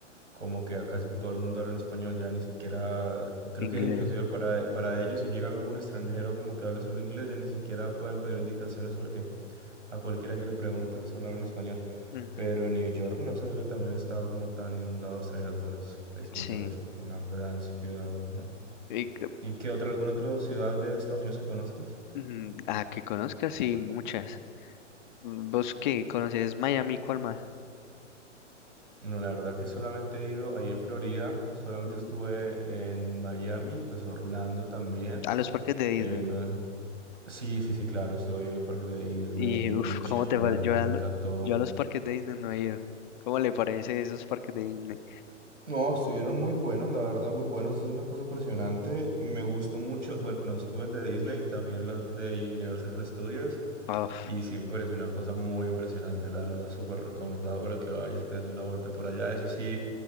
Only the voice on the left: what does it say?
inglés.
Ujú,
sí.
Y que-
ujú, ah, que conozcas, sí, muchas. ¿Vos qué? ¿Conoces Miami? ¿Cuál más?
Ujú.
A los parques de Disney.
Y
uff,
¿cómo te parece?
Yo a,
lo-
yo a los parques de Disney no he ido. ¿Cómo le parece esos parques de Disney?
Ah, Uf.